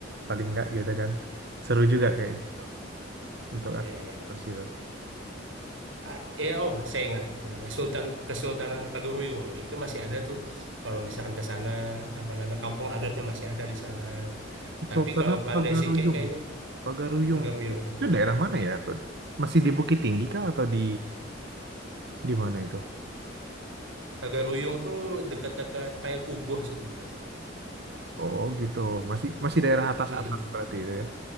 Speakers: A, on the right; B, on the right.
A: paling nggak gitu kan. Seru juga kayak
B: mm,
A: gitu untuk
B: iya
A: aktivitas
B: iya.
A: gitu.
B: Ah, iya, oh saya ingat itu namanya Sultan Kesultanan Pagaruyung itu masih ada tuh. Kalau misalkan ke sana apa namanya kampung adatnya masih ada di sana. Tapi
A: Sultanat
B: kalau Pandai
A: Pagaruyung.
B: Sike kayaknya
A: Pagaruyung
B: Pagaruyung
A: itu,
B: betul.
A: itu daerah mana ya tuh? Masih di Bukit Tinggi kah atau di di mana itu?
B: Pagaruyung tuh dekat-dekat Payakumbuh situ sih mas.
A: Oh gitu, masih masih daerah atas-atas
B: Mm-mm,
A: berarti itu ya,